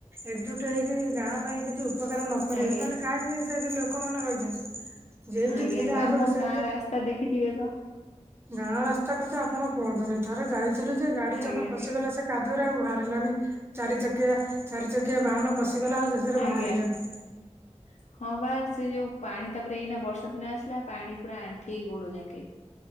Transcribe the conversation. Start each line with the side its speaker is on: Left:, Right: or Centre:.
Right: ଏକଜୁଟ ହେଇକି ଗାଁ ପାଇଁ କିଛି ଉ ଉପକାର ନ କରିବା,
Left: ଆଜ୍ଞା
Right: ତାହେଲେ କାହିଁକି ସେଠି ଲୋକମାନେ ରହିଚନ୍ତି? ଯେମିତି
Left: ଆଜ୍ଞା
Right: ଥିଲେ
Left: ଗ୍ରାମ
Right: ଆଗରୁ, ସେମତି
Left: ଗାଁ ରାସ୍ତା ଦେଖିଥିବେ ତ
Right: ଗାଁ ରାସ୍ତା କଥା ଆପଣ କୁହନ୍ତୁନି ଥରେ ଯାଇଥିଲୁ ଯେ ଗାଡି
Left: ଆଜ୍ଞା
Right: ଚକ ପଶିଗଲା ସେ କାଦୁଅରେ ଆଉ ବାହାରିଲାନି, ଚାରି ଚକିଆ, ଚାରି ଚକିଆ ବାହାନ ପଶିଗଲା ଆଉ ଶେଷରେ
Left: ଆଜ୍ଞା
Right: ବାହାରିଲାନି।
Left: <unintelligible> ହଁ ପା, ସେ ଯୋଉ ପାଣି ତାପରେ ଏଇନା ବର୍ଷା ଦିନ ଆସିଲା, ପାଣି ପୁରା ଆଣ୍ଠିଏ, ଇ ଗୋଡ ଯାଙ୍କେ।